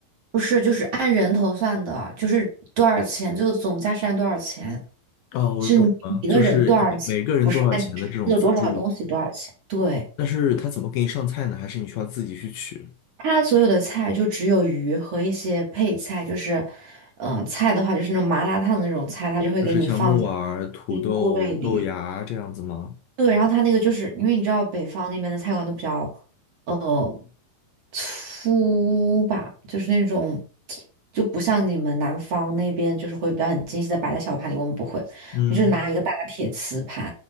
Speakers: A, on the right; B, on the left.
A: 不是，就是按人头算的，就是多少钱，最后总价是按多少钱，
B: 哦，我懂了，
A: 是你一个人多少钱，
B: 就是每每个人多少钱的这种自助，
A: 不是按你吃了多少东西多少钱。对，
B: 但是他怎么给你上菜呢？还是你需要自己去取？
A: 它所有的菜就只有鱼和一些配菜，就是，嗯、菜的话就是那种麻辣烫的那种菜，它就会给你放在
B: 就是像木耳、土豆、
A: 冰柜里。
B: 豆芽这样子吗？
A: 对，然后它那个就是因为你知道北方那边的菜馆都比较。呃。粗吧，就是那种，就不像你们南方那边就是会比较很精细的摆在小盘里，我们不会，
B: 嗯
A: 我就拿一个大铁瓷盘，